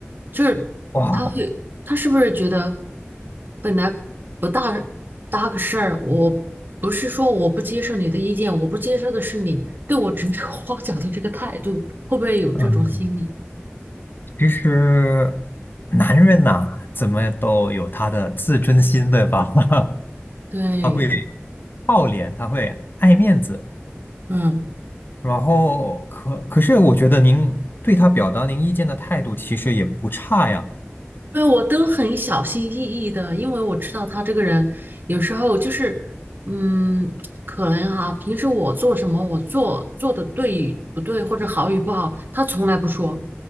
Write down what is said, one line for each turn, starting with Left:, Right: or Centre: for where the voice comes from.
Right: 就是他会，
Left: 哇，
Right: 他是不是觉得本来不大搭个事儿，我不是说我不接受你的意见，我不接受的是你对我指手画脚的这个态度，会不会有这种心理？
Left: 嗯。其实男人呐、怎么都有他的自尊心，对吧？<laughs>
Right: 对，
Left: 他会好脸，他会爱面子，
Right: 嗯。
Left: 然后可可是我觉得您对他表达您意见的态度其实也不差呀。
Right: 对，我都很小心翼翼的，因为我知道他这个人有时候就是，嗯，可能哈、平时我做什么，我做做的对与不对，或者好与不好，他从来不说，